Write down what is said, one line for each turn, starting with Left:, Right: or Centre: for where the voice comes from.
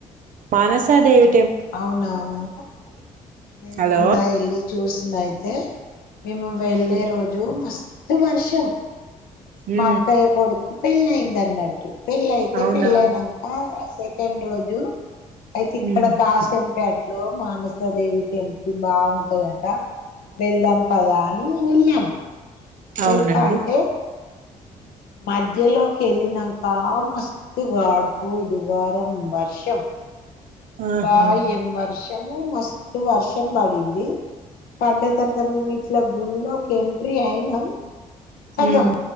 Right: మానసా దేవి
Left: అవునవును నేను
Right: హలో
Left: కూడా వెళ్ళి చూసినయితే అ మేము వెళ్ళే
Right: ఊ
Left: రోజు మ త వర్షం
Right: ఊ
Left: మక్కయ కొడుకు పెళ్లైంది అన్నట్టు పెళ్లైతే
Right: అవునా
Left: పెళ్ళి అయినాంక సె కెండ్రోజు అయితే ఇక్కడ
Right: ఊ
Left: అచ్చంపేట్లో మానసా దేవి టెంపుల్ బాగుంటదట వెళ్దాం పదా అని వెళ్ళాం. వెళ్తాంటే
Right: అవునండి
Left: మధ్యలోకి వెళ్ళినాంక మస్తుగా ఆడుపోదు వారం వర్షం. అబ్బా
Right: ఆహా
Left: ఎం వర్ష్ షము మస్తు వర్షం పడింది పడ్డ తర్వాత మేము ఇ ట్ల గుళ్లోకి ఎంట్రీ అయి నం కథం
Right: ఉమ్